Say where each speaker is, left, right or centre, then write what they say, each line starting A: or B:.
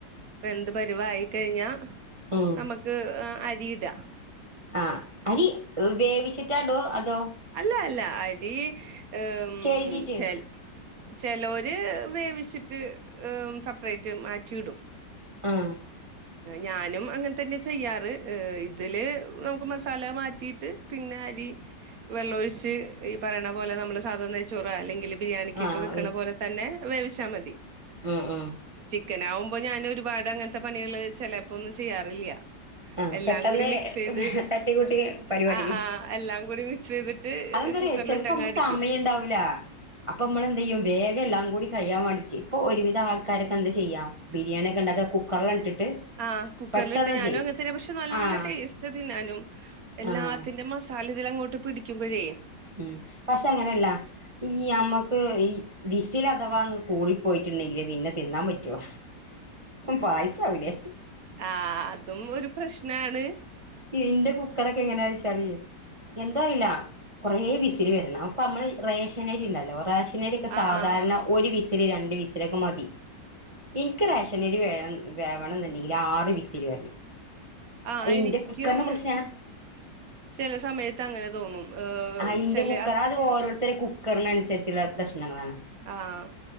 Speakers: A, on the right; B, on the right.
A: വെന്ത് പരുവായി കഴിഞ്ഞാ
B: ഉം
A: നമുക്ക് ആഹ് അരിയിട
B: ആഹ് അരി വേവിച്ചിട്ടാഇടോ അതോ
A: അല്ല അല്ല അരി ഉം
B: കഴുകിട്ട്
A: ചല് ചേലോര് വേവിച്ചിട്ട് സെപ്പറേറ്റ് മാറ്റിയിടും
B: ആഹ്
A: ഞാനും അങ്ങൻതന്നെ ചെയ്യാറ് ഏ ഇതില് നമുക്ക് മസാല മാറ്റിയിട്ട് പിന്നെ അരി വെള്ളമൊഴിച്ച് ഈ പറയണ പോലെ നമ്മള് സാധ നയിച്ചോറ അല്ലെങ്കിൽ ബിരിയാണിക്കക്കെ
B: ആഹ്
A: വെക്കണ പോലെ തന്നെ വേവിച്ചാൽ മതി
B: അഹ് ആഹ്
A: ചിക്കൻ ആകുമ്പോ ഞാൻ ഒരുപാട് അങ്ങനത്തെ പണികള് ചിലപ്പോന്നും ചെയ്യാറില്ല.
B: ആഹ്
A: എല്ലാം
B: പെട്ടെന്ന്
A: കൂടി മിക്സ് ചെയ്ത്
B: തട്ടിക്കൂട്ടി പരിപാടി
A: ആഹ് ആഹ് എല്ലാം കൂടി മിക്സ് ചെയ്തിട്ട്
B: അത് എന്തറിയ
A: കുക്കറിലിട്ട്
B: ചെലപ്പോ
A: അങ്ങ്
B: നമക്ക്
A: അടിക്കും.
B: സമയം ഉണ്ടാവൂല. അപ്പൊ നമ്മള് എന്തയ്യും വേഗം എല്ലാം കൂടി കഴിയാൻ വേണ്ടിക്ക് ഇപ്പൊ ഒരുവിധ ആൾക്കാർക്കെ എന്താ ചെയ്യാ ബിരിയാണി ഒക്കെ ഉണ്ടാക്കെ കുക്കറിലണ്ട് ഇട്ടിട്ട്.
A: ആഹ് കുക്കർലിട്ട്
B: പെട്ടെന്ന്
A: ഞാനും
B: ചെയ്യും
A: അങ്ങനെ തന്നെ പക്ഷെ നല്ല
B: ആഹ്
A: ടേസ്റ്റ് തിന്നാനും എല്ലാത്തിന്റെ
B: ആഹ്
A: മ സാല ഇതിലങ്ങോട്ട് പിടിക്കുമ്പോഴേ
B: ഉം പക്ഷെ അങ്ങനെയല്ല. ഈ നമ്മക്ക് ഈ വിസൽ അഥവാ ഒന്ന് കൂടി പോയിട്ടുണ്ടെങ്കില് പിന്നെ തിന്നാൻ പറ്റോ പായസാവില്ലെ.
A: ആഹ് അതും ഒരു പ്രശ്നാണ്.
B: ഇന്റെ കുക്കറൊക്കെ എങ്ങനെ വച്ചാല് എന്തറീല കുറെ വിസില് വരണം അപ്പൊ നമ്മള് റേഷനരി ഉണ്ടല്ലോ റേഷനരിക്കെ സാധാരണ
A: ആഹ് ആഹ്
B: ഒരു വിസില് രണ്ട് വിസിലക്കെ മതി. ഇനിക്ക് റേഷനരി വേണം വേവണം എന്നെന്നുണ്ടെങ്കില് ആറ് വിസിൽ വരണം.
A: ആഹ്
B: അയ്
A: എനിക്കും
B: ഇന്റെ കുക്കറിന്റെ പ്രശ്നാണ്.
A: ചെല സമയത്ത് അങ്ങനെ തോന്നും. ഏഹ്
B: ആഹ് ഇന്റെ
A: ചെല
B: കുക്കർ അത് ഓരോരുത്തര കുക്കറിന് അനുസരിച്ചുള്ള പ്രശ്നങ്ങളാണ്.
A: ആഹ്